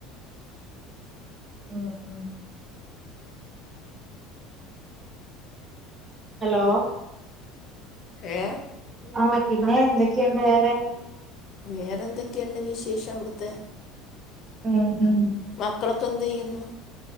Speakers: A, on the right; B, on the left.
A: ഉം ഉം ഹലോ
B: ഏ
A: ആ പിന്നെ എന്തൊക്കെയുണ്ട് വേറെ
B: വേറെന്തൊക്കെയുണ്ട് വിശേഷം അവിടുത്തെ
A: ഉം ഉം
B: മക്കളൊക്കെ എന്തെയ്യുന്നു